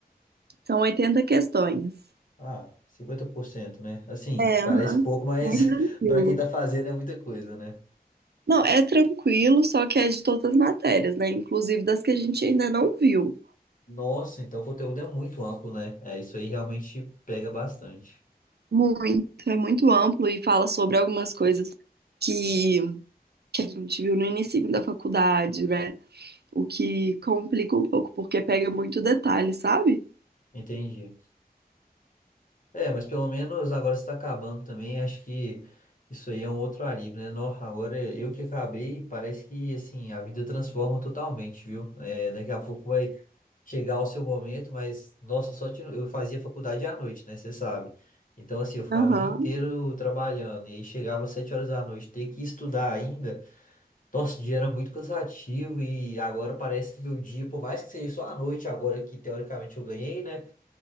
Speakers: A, on the right; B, on the left.
A: são 80 questões.
B: Ah, 50%, né? Assim,
A: É,
B: parece
A: aham.
B: pouco, mas
A: Bem tranquilo.
B: <laughs> para quem tá fazendo é muita coisa, né?
A: Não, é tranquilo, só que é de todas as matérias, né? Inclusive das que a gente ainda não viu.
B: Nossa, então o conteúdo é muito amplo, né? É, isso aí realmente pega bastante.
A: Muito, é muito amplo e fala sobre algumas coisas que, que a gente viu no início da faculdade, né? O que complica um pouco, porque pega muito detalhe, sabe?
B: Entendi. É, mas pelo menos agora está acabando também. Acho que isso aí é um outro alívio, né? No, agora eu que acabei, parece que assim a vida transforma totalmente, viu? É, daqui a pouco vai chegar o seu momento, mas nossa, só de, eu fazia faculdade à noite, né? Você sabe. Então assim eu ficava
A: Aham.
B: o dia inteiro trabalhando e aí chegava às sete horas da noite, ter que estudar ainda. Nossa, o dia era muito cansativo e agora parece que meu dia, por mais que seja só à noite agora que teoricamente eu ganhei, né?